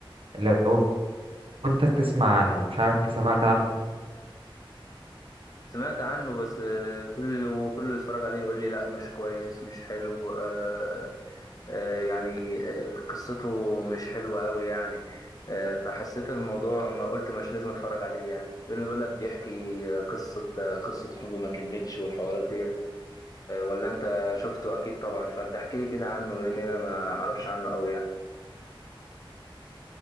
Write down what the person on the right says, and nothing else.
لو انت تسمع عنه مش عارف انت سمعت عنه